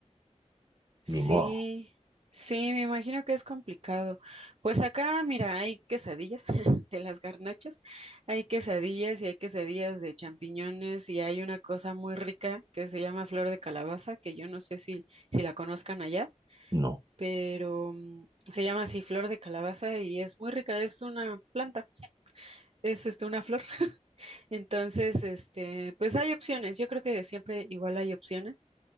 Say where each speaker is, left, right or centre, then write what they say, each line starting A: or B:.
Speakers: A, on the right; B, on the right.
A: Sí,
B: ni modo,
A: sí, me imagino que es complicado. Pues acá, mira, hay quesadillas <laughs> de las garnachas, hay quesadillas y hay quesadillas de champiñones y hay una cosa muy rica que se llama flor de calabaza, que yo no sé si, si la conozcan allá,
B: no.
A: pero mm, se llama así flor de calabaza y es muy rica, es una planta, es este, una flor. <laughs> Entonces, este, pues hay opciones, yo creo que siempre igual hay opciones.